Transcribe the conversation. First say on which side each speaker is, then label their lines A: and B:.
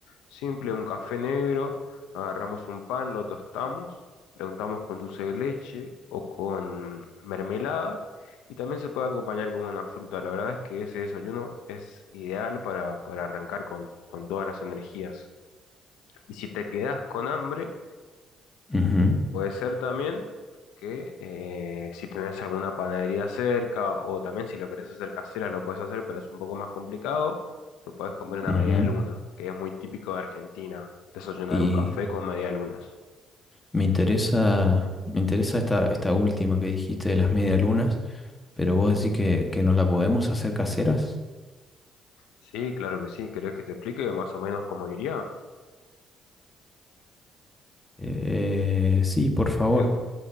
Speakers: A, on the left; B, on the left.
A: Simple, un café negro, agarramos un pan, lo tostamos, le untamos con dulce de leche o con mermelada y también se puede acompañar con una fruta. La verdad es que ese desayuno es ideal para, para arrancar con, con todas las energías. Y si te quedas con hambre,
B: Ujú,
A: Puede ser también que eh, si tenés alguna panadería cerca o también si lo querés hacer casera lo puedes hacer, pero es un poco más complicado. Te puedes comer una
B: ujú.
A: media luna, que es muy típico de Argentina, desayunar
B: Y
A: un café con media lunas.
B: me interesa, me interesa esta, esta última que dijiste de las medialunas, pero vos decís que, que no la podemos hacer caseras.
A: Sí, claro que sí. ¿Querés que te explique más o menos cómo iría?
B: Eh, sí, por favor.
A: Te explico.